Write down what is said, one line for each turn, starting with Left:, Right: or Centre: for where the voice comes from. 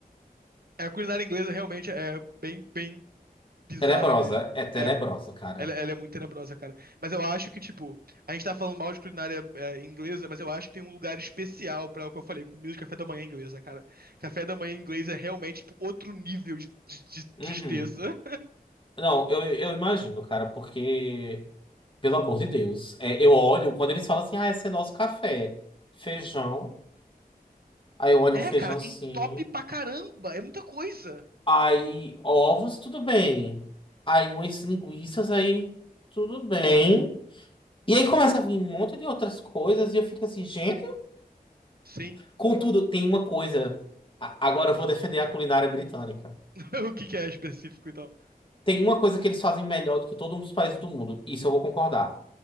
Right: a culinária inglesa realmente é bem, bem bizarra
Left: Tenebrosa,
Right: mesmo.
Left: é tenebrosa,
Right: É,
Left: cara.
Right: ela, ela é muito tenebrosa, cara. Mas eu acho que, tipo, a gente tá falando mal de culinária é, inglesa, mas eu acho que tem um lugar especial pra o que eu falei, comida de café da manhã inglesa, cara. Café da manhã inglês é realmente, tipo, outro nível de, de de
Left: Uhum.
Right: tristeza.
Left: Não, eu, eu imagino, cara, porque, pelo amor de Deus, é, eu olho, quando eles falam assim, ah, esse é nosso café, feijão, aí eu olho
Right: É,
Left: um feijão
Right: cara,
Left: assim.
Right: entope pra caramba, é muita coisa.
Left: Aí, ovos, tudo bem. Aí, umas linguiças, aí, tudo bem. E aí começa a vir um monte de outras coisas e eu fico assim, gente.
Right: Sim.
Left: Contudo, tem uma coisa. a- Agora eu vou defender a culinária britânica.
Right: <laughs> O que que é específico, então?
Left: Tem uma coisa que eles fazem melhor do que todos os países do mundo. Isso eu vou concordar.